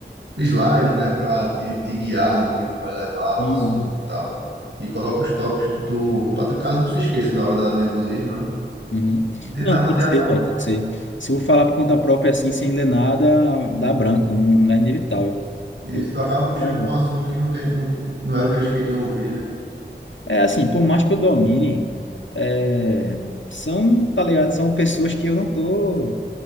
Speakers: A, on the right; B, on the left.
A: slide, né, para te, te guiar no que tu vai levar
B: Sim,
A: o assunto e tal. E coloca os tópicos que tu, para tu caso não se esqueça na hora da nervosismo, né?
B: Uhum.
A: E tentar
B: Não,
A: manter
B: tem que ser,
A: a calma.
B: velho, tem que ser. Se eu falar por conta própria assim, sem ler nada, dá branco, não é inevitável.
A: E
B: Eu
A: tu
B: vou
A: acaba
B: botar
A: puxando
B: junto.
A: para um assunto que não tem, não, não era o que eles queriam ouvir, né?
B: É assim, por mais que eu domine, é, são, tá ligado? São pessoas que eu não tô